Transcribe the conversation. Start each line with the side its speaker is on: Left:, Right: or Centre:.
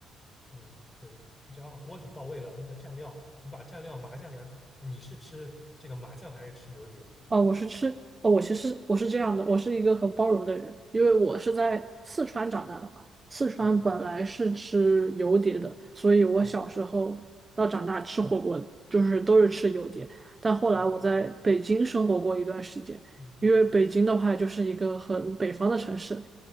Left: 嗯，对，你只要锅底到位了，那个蘸料，你把蘸料麻酱给它，哎你是吃这个麻酱还是吃油碟？
Right: 哦，我是吃，哦，我其实我是这样的，我是一个很包容的人，因为我是在四川长大的嘛。四川本来是吃油碟的，
Left: 嗯
Right: 所以我小时候到长大吃火锅就是都是吃油碟。
Left: 嗯
Right: 但后来我在北京生活过一段时间，
Left: 嗯嗯
Right: 因为北京的话就是一个很北方的城市，